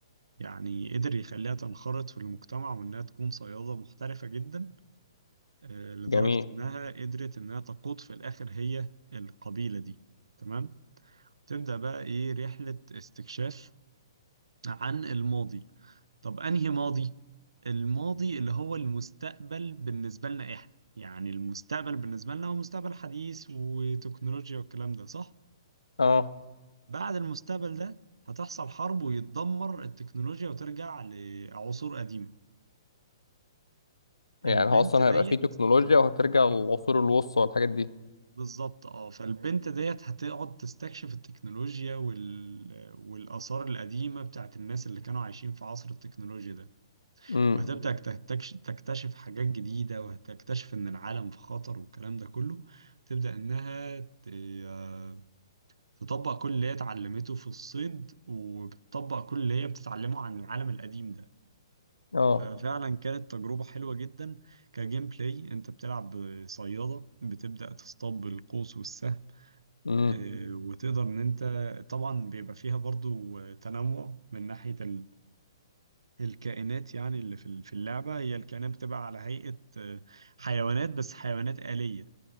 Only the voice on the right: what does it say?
يعني قدر يخليها تنخرط في المجتمع وانها تكون صيادة محترفة جدا آه، لدرجة
إنها قدرت إنها تقود في الآخر هي القبيلة دي تمام تبدأ بقى إيه رحلة استكشاف عن الماضي طب أنهي ماضي؟ الماضي اللي هو المستقبل بالنسبة لنا إحنا يعني المستقبل بالنسبة لنا هو مستقبل حديث وتكنولوجيا والكلام ده صح؟
بعد المستقبل ده هتحصل حرب ويتدمر التكنولوجيا وترجع لعصور قديمة
البنت
ديت
بالظبط اه فالبنت ديت هتقعد تستكشف التكنولوجيا وال... والآثار القديمة بتاعت الناس اللي كانوا عايشين في عصر التكنولوجيا ده
وهتبدأ تكتكش... تكتشف حاجات جديدة وهتكتشف إن العالم في خطر والكلام ده كله تبدأ إنها ت... آه، تطبق كل اللي هي اتعلمته في الصيد وبتطبق كل اللي هي بتتعلمه عن العالم القديم ده
ففعلا كانت تجربة حلوة جدا كجيم بلاي انت بتلعب صيادة بتبدأ تصطاد بالقوس والسهم
آه، وتقدر ان انت طبعا بيبقى فيها برضو آه، تنوع من ناحية ال- الكائنات يعني اللي في ال- في اللعبة هي الكائنات بتبقى على هيئة آه، حيوانات بس حيوانات آلية